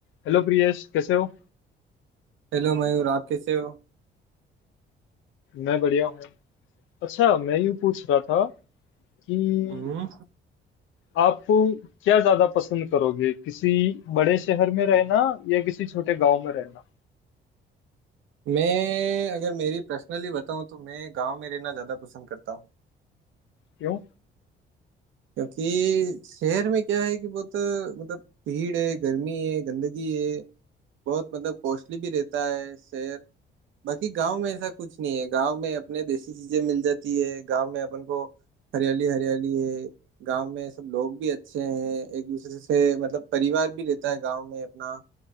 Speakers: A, on the left; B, on the right.
A: Hello Priyesh कैसे हो
B: Hello Mayur आप कैसे हो
A: मैं बढ़िया हूँ अच्छा मैं यूँ पूछ रहा था कि
B: हम्म
A: आप क्या ज्यादा पसंद करोगे किसी बड़े शहर में रहना या किसी छोटे गांव में रहना
B: मैं अगर मेरी पर्सनली बताऊं तो मैं गांव में रहना ज्यादा पसंद करता हूं
A: क्यों
B: क्योंकि शहर में क्या है कि बहुत मतलब भीड़ है गर्मी है गंदगी है बहुत मतलब कॉस्टली भी रहता है शहर बाकी गांव में ऐसा कुछ नहीं है गांव में अपने देसी चीजें मिल जाती है गांव में अपन को हरियाली हरियाली है गांव में सब लोग भी अच्छे हैं एक दूसरे से मतलब परिवार भी रहता है गांव में अपना